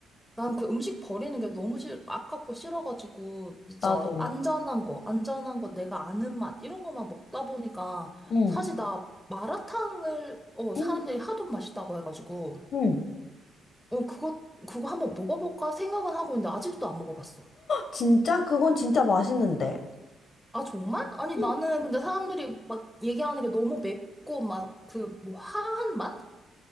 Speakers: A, in the centre; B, on the left.
A: 난 그 음식 버리는 게 너무 싫, 아깝고 싫어가지고, 진짜
B: 나도.
A: 안전한 거, 안전한 거, 내가 아는 맛, 이런 거만 먹다 보니까,
B: 응,
A: 사실 나 마라탕을, 어, 사람들이
B: 응
A: 하도 맛있다고 해가지고,
B: 응.
A: 어, 그거, 그거 한번 먹어볼까 생각은 하고 있는데, 아직도 안 먹어봤어.
B: 진짜? 그건 진짜 맛있는데.
A: 아, 정말? 아니,
B: 응
A: 나는 근데 사람들이 막 얘기하는 게 너무 맵고, 막, 그, 뭐, 화한 맛?